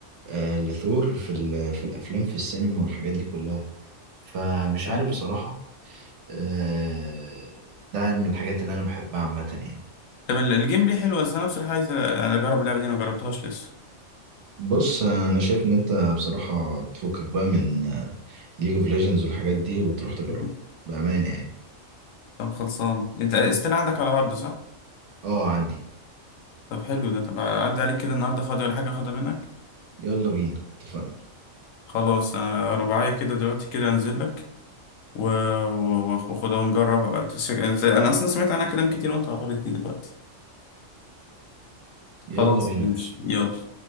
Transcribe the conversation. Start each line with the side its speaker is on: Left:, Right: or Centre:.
Right: آه لثور في ال في الأفلام في السينما والحاجات دي كلها فمش
Left: <laughs>
Right: عارف بصراحة آه ده من الحاجات اللي أنا بحبها عامة يعني
Left: طب ال- الجيم ليه حلو بس أنا بصراحة عايز أ- يعني أجرب اللعبة دي أنا مجربتهاش لسه
Right: بص أنا شايف إن أنت بصراحة تفكك بقى من ليج اوف ليجندز والحاجات دي وتروح
Left: <laughs>
Right: تجربها بأمانة يعني
Left: طب خلصان أنت استيل عندك على هارد صح؟
Right: اه عندي
Left: طب حلو ده طب أعدي عليك كده النهاردة فاضي ولا حاجة أخدها منك؟
Right: يلا بينا اتفقنا
Left: خلاص أنا رباعية كده دلوقتي كده أنزل لك و- و- وأخدها ونجربها بقى أنت س- أنا أصلا سمعت عنها كلام كتير وأنت عبرتني دلوقتي
Right: يلا
Left: خلاص
Right: بينا
Left: ماشي
Right: يا باشا
Left: يلا